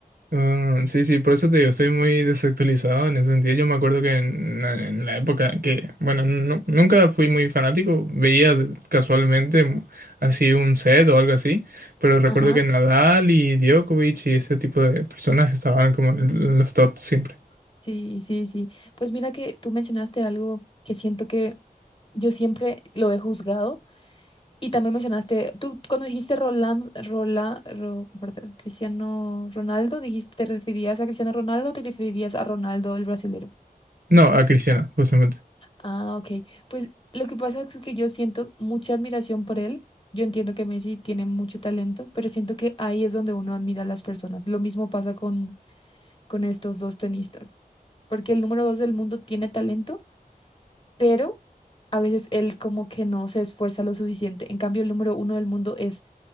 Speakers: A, on the right; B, on the left.
A: Ah, sí, sí, por eso te digo, estoy muy desactualizado en ese sentido. Yo me acuerdo que en, la en la época que, bueno, nu- nunca fui muy fanático, veía casualmente así un set o algo así, pero recuerdo
B: Ajá.
A: que Nadal y Djokovic y ese tipo de personas estaban como en los tops siempre.
B: Sí, sí, sí. Pues mira que tú mencionaste algo que siento que yo siempre lo he juzgado. Y también mencionaste, tú cuando dijiste Roland, Roland, Ro- perdón, Cristiano Ronaldo, dijiste, ¿te referías a Cristiano Ronaldo o te referías a Ronaldo el brasileño?
A: No, a Cristiano, justamente.
B: Ah, ok. Pues lo que pasa es que yo siento mucha admiración por él. Yo entiendo que Messi tiene mucho talento, pero siento que ahí es donde uno admira a las personas. Lo mismo pasa con, con estos dos tenistas, porque el número dos del mundo tiene talento, pero a veces él como que no se esfuerza lo suficiente. En cambio, el número uno del mundo es